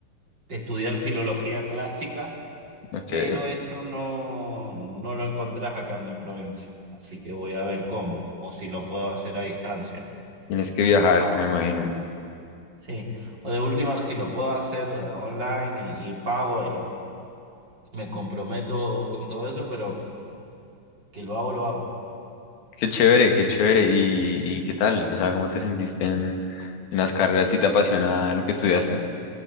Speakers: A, on the right; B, on the left.
A: estudiar filología clásica,
B: ok,
A: pero eso no, no lo encontrás acá en mi provincia. Así que voy a ver cómo, o si lo puedo hacer a distancia.
B: tienes que viajar,
A: Mm, pago.
B: me imagino,
A: Sí, o de última, si lo puedo hacer eh, online y, y pago y me comprometo con todo eso, pero que lo hago, lo hago.
B: qué chévere, qué chévere, ¿y, y qué tal? O sea, ¿cómo te sentiste en, en las carreras? ¿Sí te apasiona lo que estudiaste?